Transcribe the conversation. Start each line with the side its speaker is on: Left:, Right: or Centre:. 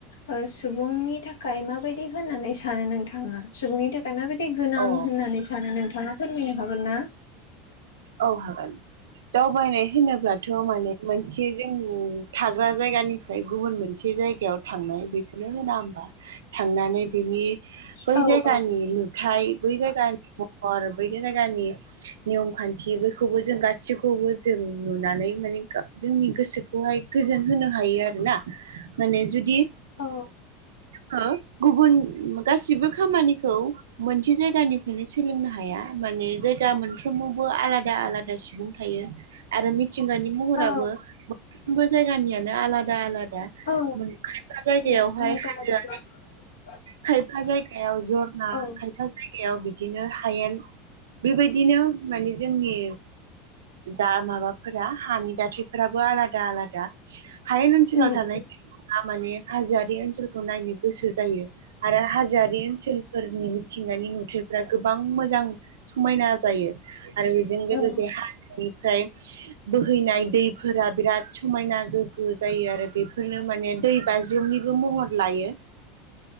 Left: ओ सुबुंनि थाखाय माबायदि होननानै सानो नोंथाङा? सुबुंनि थाखाय माबायदि गोनां
Right: अ
Left: होननानै सानो नोंथाङा फोरमायनो हागोनना?
Right: औ हागोन दावबायनाय होनोब्ला थ' माने मोनसे जों थाग्रा जायगानिफ्राय गुबुन मोनसे जायगायाव थांनाय बे नो होना होमबा थांनानै बिनि बै
Left: औ
Right: जायगानि
Left: औ
Right: नु थाय बै जायगानि महर बै जायगानि नियम खान् थि बैखौबो जों गासैखौबो जों नुनानै माने जोंनि गोसोखौहाय गोजोन होनो हायो आरोना। माने जुदि
Left: औ।
Right: हो गुबुन गासिबो खामानिखौ मोनसे जायगानिफ्रायनो सोलोंनो हाया। माने जायगा मोनफ्रोमावबो आलादा आलादा सुबुं थायो आरो मिथिंगानि महराबो
Left: औ
Right: मोनफ्रोमबो जायगानियानो आलादा आलादा।
Left: औ
Right: खायफा जायगायावहाय
Left: उम
Right: हाजो
Left: <inaudible>
Right: खायफा जायगायाव जरना
Left: औ
Right: खायफा जायगायाव बिदिनो हायेन। बेबायदिनो माने जोंनि दा माबाफोरा हानि दाथायफोराबो आलादा आलादा। हायेन ओनसोलाव
Left: उम उम
Right: थानाय माने हाजोआरि ओनसोलखौ नायनो गोसो जायो। आरो हाजोयारि ओनसोलफोरनि मिथिंगानि नुथायाइफ्रा गोबां मोजां समायना जायो आरो बेजों लोगोसे
Left: औ
Right: हाजोनिफ्राय बोहैनाय दैफोरा बिराद समायना गोग्गो जायो आरो बेफोरनो माने दै बाज्रुमनिबो महर लायो
Left: <unintelligible>